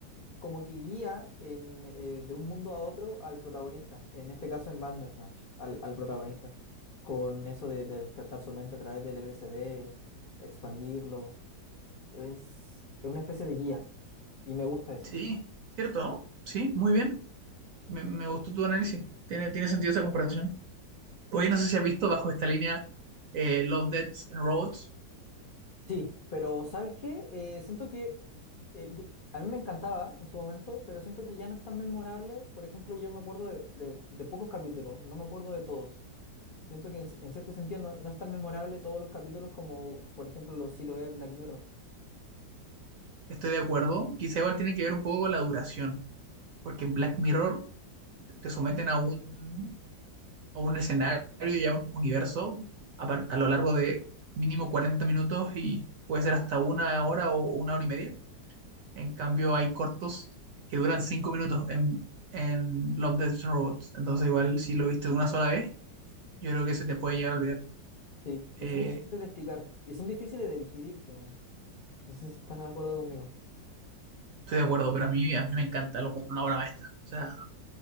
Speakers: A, on the left; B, on the right.
A: como que guía en, eh, de un mundo a otro al protagonista, en este caso en Bandersnatch, al, al protagonista, con eso de, de despertar su mente a través del LSD, expandirlo. Es, es una especie de guía y me gusta eso.
B: Sí, ¿cierto? ¿No? Sí, muy bien. Me, me gustó tu análisis. Tiene, tiene sentido esa comparación. Hoy no sé si has visto bajo esta línea eh, Love, Deaths and Robots.
A: Sí, pero ¿sabes qué? Eh, siento que eh, yo- a mí me encantaba en su momento, pero siento que ya no es tan memorable. Por ejemplo, yo me acuerdo de, de de pocos capítulos, no me acuerdo de todos. Siento que en, en cierto sentido no, no es tan memorable todos los capítulos como, por ejemplo, los sí lo es Black Mirror.
B: Estoy de acuerdo. Quizá igual tiene que ver un poco con la duración, porque en Black Mirror te someten a un, a un escenario y a un universo a, par- a lo largo de mínimo 40 minutos y puede ser hasta una hora o una hora y media. En cambio, hay cortos que duran 5 minutos en, en Love, Deaths and Robots. Entonces, igual si lo viste una sola vez, yo creo que se te puede llegar a olvidar.
A: Sí,
B: Eh,
A: y son difíciles de explicar y son difíciles de digerir también. No sé si estás de acuerdo conmigo.
B: estoy de acuerdo, pero a mí, a mí me encanta, lo encuentro una obra maestra. O sea,